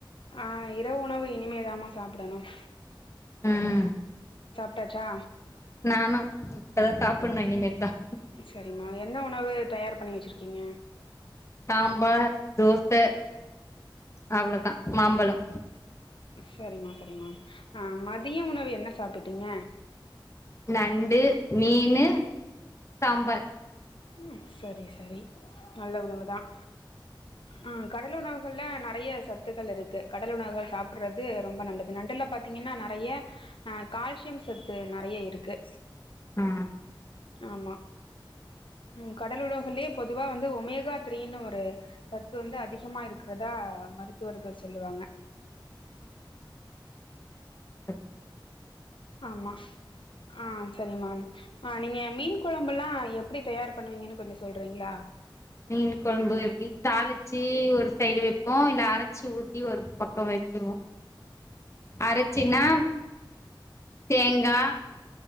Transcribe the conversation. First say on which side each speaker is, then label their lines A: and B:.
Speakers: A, on the left; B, on the left.
A: ஆஹ் இரவு உணவு இனிமே தாம சாப்பிடணும்
B: ஹ ஹ
A: சாப்டாச்சா
B: நானும் அதான் சாப்பிடனும் இனிமே தான்
A: செரிமா என்ன உணவு தயார் பண்ணி வச்சிருக்கீங்க
B: சாம்பார் தோச அவ்வளவுதான் மாம்பழம்
A: செரிமா செரிமா ஆஹ் மதிய உணவு என்ன சாப்பிட்டீங்க
B: நண்டு மீனு சாம்பார்
A: ம் சரி சரி நல்ல உணவு தான் அஹ் கடல் உணவுகள் நெறைய சத்துகள் இருக்கு கடல் உணவுகள் சாப்பிடுறது ரொம்ப நல்லது நண்டுல பாத்தீங்கன்னா நெறைய ஆஹ் கால்சியம் சத்து நெறைய இருக்கு
B: ஆ
A: ஆமா உ கடல உணவுலையே பொதுவா வந்து ஒமேகா த்ரீனு ஒரு சத்து வந்து அதிகமா இருக்கிறதா மருத்துவர்கள் சொல்லுவாங்க
B: உம்
A: ஆமா ஆஹ் செரிமா ஆஹ் நீங்க மீன் குழம்பு எல்லாம் எப்படி தயார் பண்ணுவீங்கன்னு கொஞ்சோ சொல்றீங்களா
B: மீன் கொழம்பு எப்டி தாளிச்சு ஒரு சைடு வைப்போ இல்ல அரைச்சி ஊத்தி ஒரு பக்கம் வச்சிருவோ அரைச்சுனா தேங்கா